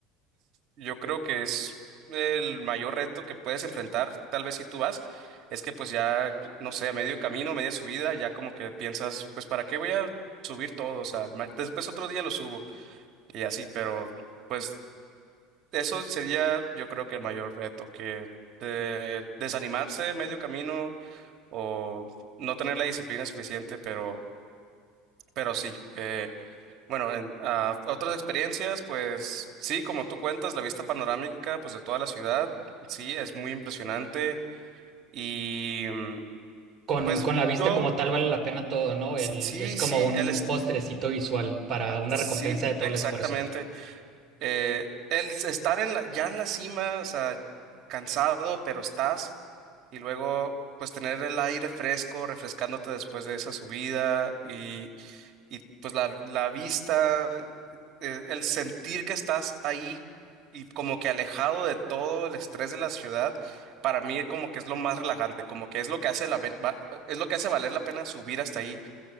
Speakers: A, on the right; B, on the right.
A: Yo creo que es el mayor reto que puedes enfrentar, tal vez si tú vas, es que pues ya, no sé, a medio camino, media subida, ya como que piensas, pues ¿para qué voy a subir todo? O sea, ma- después otro día lo subo y así, pero pues eso sería yo creo que el mayor reto, que eh, desanimarse medio camino o no tener la disciplina suficiente, pero pero sí, eh, bueno, en, ah, otras experiencias, pues sí, como tú cuentas, la vista panorámica, pues de toda la ciudad, sí, es muy impresionante. Y mm,
B: Con,
A: pues
B: con la
A: yo,
B: vista como tal vale la pena todo, ¿no? El,
A: sí,
B: es
A: sí,
B: como un
A: él es,
B: postrecito visual para una
A: sí,
B: recompensa de todo
A: exactamente.
B: el esfuerzo.
A: Eh, el estar en la, ya en la cima, o sea, cansado, pero estás, y luego, pues tener el aire fresco, refrescándote después de esa subida y Y pues la, la vista, eh, el sentir que estás ahí y como que alejado de todo el estrés de la ciudad, para mí como que es lo más relajante, como que es lo que hace la, ve- va- es lo que hace valer la pena subir hasta ahí.